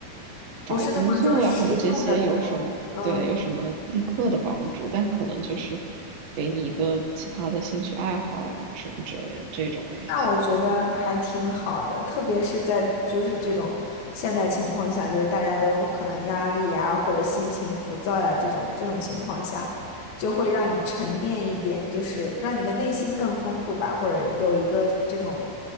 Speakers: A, on the right; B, on the left.
A: 找工作呀或者这些有什么对有什么立刻的帮助，
B: 不是那么说实用的那种。嗯。
A: 但可能就是给你一个其他的兴趣爱好呀什么之类的这种类型的对
B: 那我觉得还挺好的，特别是在就是这种现代情况下，就是大家都可能压力呀，或者心情浮躁呀，这种这种情况下，就会让你沉淀一点，就是让你的内心更丰富吧，或者有一个这种，